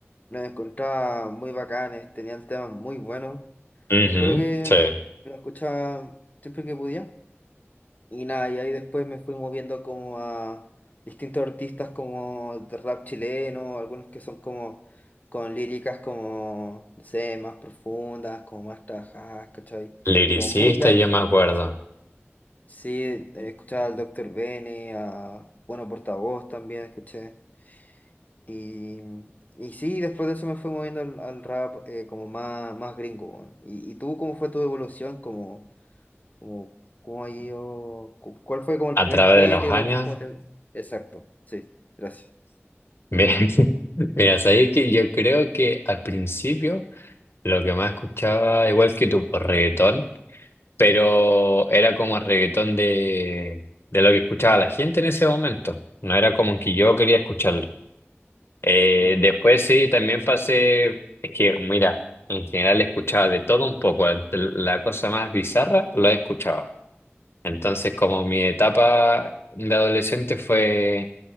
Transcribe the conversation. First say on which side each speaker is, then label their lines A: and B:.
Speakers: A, on the left; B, on the left.
A: Los encontraba muy bacanes, tenían temas muy buenos.
B: Ujú,
A: Te juro que
B: sí.
A: lo escuchaba siempre que podía. Y nada, y ahí después me fui moviendo como a distintos artistas como de rap chileno, algunos que son como con líricas como, no sé, más profundas, como más trabajadas, ¿cachai?
B: Liricista,
A: Como muy ya...
B: yo me acuerdo.
A: exacto. Sí, escuchaba al doctor Bene, a Bueno Portavoz también escuché. Y, y sí, después de eso me fui moviendo al, al rap eh, como más, más gringo, weón. ¿Y, y tú cómo fue tu evolución? ¿Cómo, cómo, cómo ha ido? cu- ¿Cuál fue como el
B: A
A: primer
B: través
A: género?
B: de los años.
A: y Después cómo te... Exacto, sí, gracias.
B: Mira, <laughs> mira, sabéis que yo creo que al principio lo que más escuchaba, igual que tu reggaetón, pero era como reggaetón de, de lo que escuchaba la gente en ese momento. No era como que yo quería escuchar Eh,
A: Ya.
B: después sí, también pasé, es que mira, en general escuchaba de todo un poco, el- la cosa más bizarra la he escuchado. Entonces como mi etapa de adolescente fue,